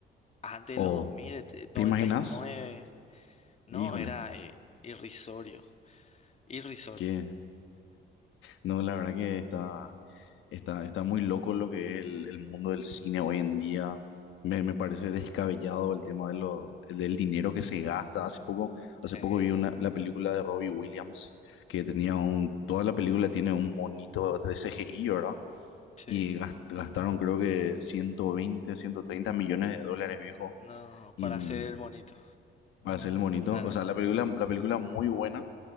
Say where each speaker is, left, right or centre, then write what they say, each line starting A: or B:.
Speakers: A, on the left (about 35°); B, on the left (about 80°).
A: Antes
B: ¿O
A: de los dos mil, eh, eh, noventa
B: te imaginas?
A: y nueve, No,
B: Híjole,
A: era eh, irrisorio. Irrisorio.
B: ¿qué? No, la verdad que está, está, está muy loco lo que es el, el mundo del cine hoy en día. Me, me parece descabellado el tema de lo, el del dinero que se gasta. Hace poco, hace
A: Sí,
B: poco vi una, la película de Robbie Williams, que tenía un, toda la película tiene un monito de CGI, ¿verdad?
A: sí.
B: Y gas- gastaron creo que ciento veinte, ciento treinta millones de dólares, viejo.
A: No,
B: Y
A: para hacer el bonito.
B: para hacer el monito,
A: Claro.
B: o sea, la película, la película muy buena